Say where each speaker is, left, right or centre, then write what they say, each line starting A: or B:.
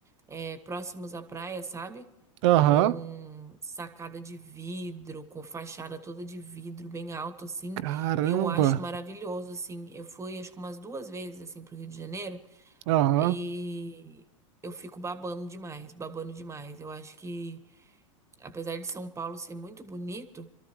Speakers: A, on the right; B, on the right.
A: é, próximos à praia, sabe?
B: Aham.
A: Com sacada de vidro, com fachada toda de vidro, bem alto, assim.
B: Caramba.
A: Eu acho maravilhoso, assim. Eu fui, acho que umas duas vezes, assim, pro Rio de Janeiro
B: Aham.
A: e eu fico babando demais, babando demais. Eu acho que, apesar de São Paulo ser muito bonito,